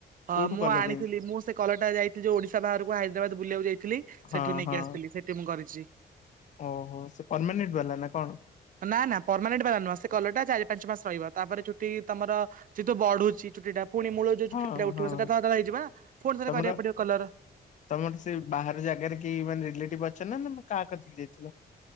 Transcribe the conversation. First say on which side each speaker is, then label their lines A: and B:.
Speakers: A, on the right; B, on the left.
A: ହଁ
B: କୋଉଠୁ
A: ମୁଁ
B: କଲ
A: ଆଣିଥିଲି
B: ଯାଇକି
A: ମୁଁ ସେ କଲରଟା ଯାଇଥିଲି ଯୋଉ ଓଡିଶା ବାହାରକୁ ହାଇଦ୍ରାବାଦ ବୁଲିଆକୁ ଯାଇଥିଲି
B: ହଁ
A: ସେଠୁ ନେଇକି
B: ହଁ
A: ଆସିଥିଲି ସେଠି ମୁଁ କରିଛି।
B: ଓହୋ ସେ ପରମାନେଣ୍ଟ ବାଲା ନା କଣ?
A: ନା ନା ପରମାନେଣ୍ଟ ବାଲା ନୁହଁ ସେ କଲରଟା ଚାରି ପାଞ୍ଚ ମାସ ରହିବ ତାପରେ ଚୁଟି ତମର ସେ ତ ବଢୁଛି ଚୁଟି ଟା ପୁଣି ମୂଳ ଯୋଉ
B: ହଁ
A: ଚୁଟି ଟା ଉଠିବ
B: ହଁ
A: ସେଇଟା ଧଳା ଧଳା ହେଇଯିବ ନା! ପୁଣି ଥରେ
B: ତମର
A: କରିଆକୁ ପଡିବ କଲର।
B: ତମର ସେ ବାହାର ଜାଗାରେ କେହି ମାନେ ରିଲେଟିଭ ଅଛନ୍ତି ନା ତମେ କାହା କତିକି ଯାଇଥିଲ?